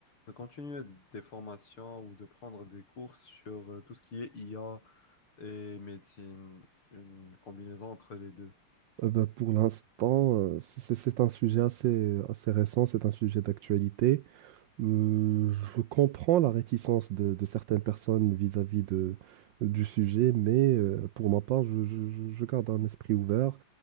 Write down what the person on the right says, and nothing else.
Euh, ben, pour l'instant, euh, c'est c'est un sujet assez, assez récent, c'est un sujet d'actualité. Euh, je comprends la réticence de, de certaines personnes vis-à-vis de, du sujet, mais euh, pour ma part, je, je- je- je garde un esprit ouvert.